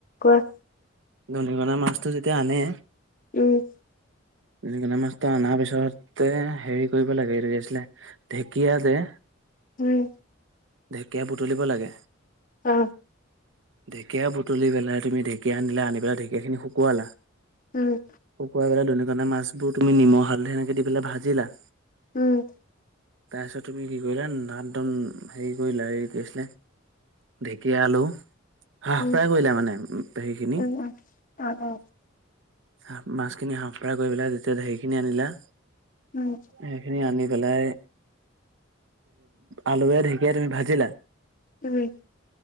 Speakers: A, on the left; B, on the right.
A: কোৱা
B: দনিকণা মাছটো যেতিয়া আনে
A: উম
B: দনিকনা মাছটো অনাৰ পিছতে হেৰি কৰিব লাগে এইটো আছিলে ঢেকীয়া যে
A: উম
B: ঢেকীয়া বুটলিব লাগে
A: অ
B: ঢেকীয়া বুটলি পেলাই তুমি ঢেকীয়া আনিলা আনি পেলাই ঢেঁকীয়া খিন শুকুৱালা
A: উম
B: শুকুৱাই পেলাই দনিকনা মাছবোৰ তুমি নিমখ হালধি এনেকে দি পেলাই ভাজিলা
A: উম
B: তাৰপিছত তুমি কি কৰিলা নাদম হেৰি কৰিলা এই কি আছিলে ঢেকীয়া আলু হাফ
A: উম
B: ফ্ৰাই কৰিলে মানে পেহীখিনি
A: উম উম অ অ
B: হা মাছখিনি হাঁফ ফ্ৰাই কৰি পেলাই তেতিয়া হেৰি খিনি আনিলা
A: উম
B: সেইখিনি আনি পেলাই আলুৱে ঢেকীয়া তুমি ভাজিলা
A: উম